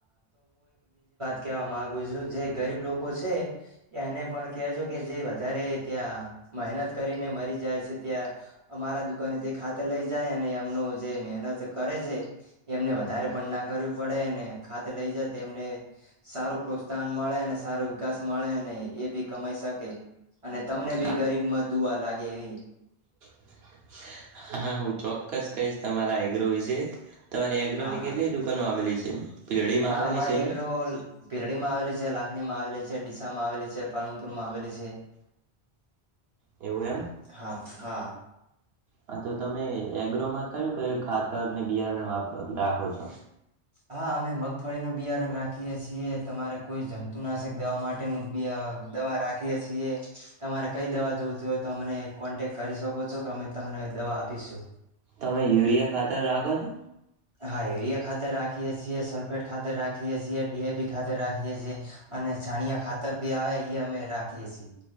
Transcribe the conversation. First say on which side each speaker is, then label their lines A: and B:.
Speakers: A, on the right; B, on the right.
A: કેવા માંગુ છું જે ગરીબ લોકો છે. એને પણ કહેજો કે જે વાત વધારે ત્યાં મહેનત કરીને મરી જાય છે ત્યાં અમારા દુ ગણિત ખાતે લઈ જાય અને એમનું જે મહેનત કરે છે. એમને વધારે પણ ના કર્યું પડે અને ખાત લઈ જ એમને સારું પ્રોત્સાહન મળે અને સારો વિકાસ મળે અને એ બી કમાઈ શકે. અને તમને બી
B: હા
A: ગરીબ માં દુઆ લાગે. ગેવી
B: <inaudible> હા હું ચોક્કસ કહીશ તમારા એગ્રો વિશે તમારી એગ્રોની
A: હા હા
B: કેટલી દુકાનો આવેલી છે પીરડીમાં
A: હા
B: આવેલી
A: અમારેગ્ર
B: છે ને
A: પીરડી માં આવેલી છે લાખણી માં આવેલી છે. માં આવેલી છે પાલનપુર માં આવેલી છે.
B: એવું એમ.
A: હા હા.
B: હા તો તમે એગ્રોમાં <unintelligible> કે ખાતર ને બિયારણપ રાખો છો.
A: હા અમે મગફળીનું બિયારણ રાખીએ છીએ તમારે કોઈ જંતુનાશક દવા માટેનું બ દવા રાખીએ છીએ તમારે કઈ દવા જોવતી હોય તો અને કોન્ટેક કરી શકો છો કે અમે તમને દવા આપીશું.
B: તમે યુરિયા ખાતર રાખો છો.
A: હા એરીયા ખાતે રાખે રાખીએ છીએ સલ્ફેટ ખાતર રાખીએ છીએ ડીએપી ખાતર રાખીએ છીએ અને છાણિયા ખાતર બી આવે એ અમે રાખીએ છીએ.